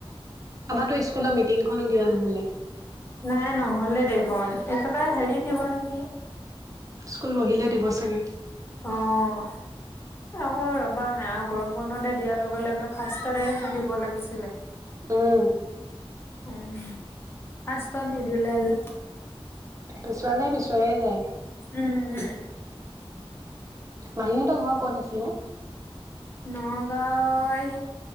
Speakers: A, on the right (about 35°); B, on the left (about 20°).
A: তাতো স্কুলৰ মিটিংখনো দিয়া নহলে।
B: নাই নহ'লে দেখোন একেবাৰে হেৰিত দিব নিকি।
A: স্কুল বহিলে দিব চাগে।
B: অঁ' আকৌ ৰবা নাই আৰু গৰম বন্ধতে দিয়াৰ লগে লগে ফাৰ্ষ্টতে হে দিব লাগিছিলে।
A: উম,
B: উম' ফাষ্ট ত নিদিলে যে।
A: পিছুৱা নাই পিছুৱাই যায়।
B: উম' উম'
A: মাহীহঁতৰ ঘৰ ক'ত আছিলে?
B: নগাঁও এই